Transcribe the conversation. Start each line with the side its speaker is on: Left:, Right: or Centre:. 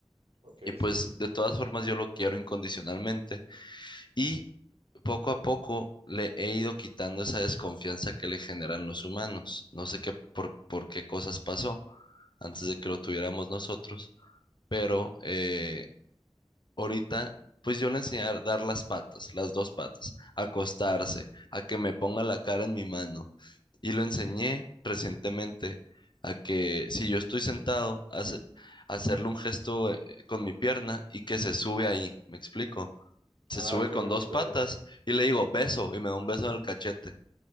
Right: Ok,
Left: Y pues
Right: sí.
Left: de todas formas yo lo quiero incondicionalmente Y poco a poco le he ido quitando esa desconfianza que le generan los humanos. No sé qué por, por qué cosas pasó antes de que lo tuviéramos nosotros, pero eh, ahorita, pues yo le enseñé a dar las patas, las dos patas, a acostarse, a que me ponga la cara en mi mano. Y lo enseñé recientemente a que si yo estoy sentado, hace- hacerle un gesto eh, con mi pierna y que se sube ahí, ¿me explico? se
Right: Ah,
Left: sube
Right: qué
Left: con
Right: bonito.
Left: dos patas y le digo, beso, y me da un beso en el cachete.